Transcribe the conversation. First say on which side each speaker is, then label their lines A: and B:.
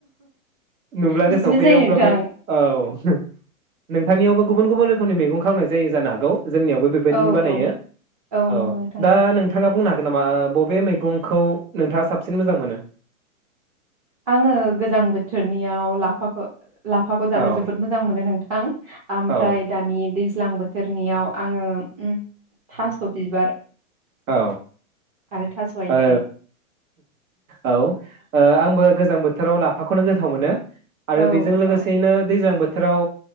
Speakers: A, on the right; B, on the right.
A: नुब्ला
B: बिदिनो
A: गोसोआव फैयो
B: जायो
A: अब्लाबो
B: नोंथां
A: औ। नोंथांनियावबो गुबुन गुबुन रोखोमनि मैगं खालामनाय जायो जानो हागौ। जोंनियावबो बेबायदिनो
B: औ
A: बानायो
B: औ
A: औ
B: नंगौ नोंथां
A: दा नोंथाङा बुंनो हागो गोन नामा बबे मैगंखौ नोंथाङा साबसिन मोजां मोनो।
B: आङो गोजां बोथोरनियाव लाफाखो लाफाखौ
A: औ
B: जानो जोबोद मोजां मोनो नोंथां ओमफ्राय
A: औ
B: दानि दैज्लां बोथ थोरनियाव आङो ओम थास बिबार
A: औ
B: आरो थास' आथिं
A: औ औ ओ आंबो गोजां बोथोराव लाफाखौनो गोथाव मोनो। आरो
B: औ
A: बेजों लोगोसेयैनो
B: औ
A: दैज्लां बोथ थोराव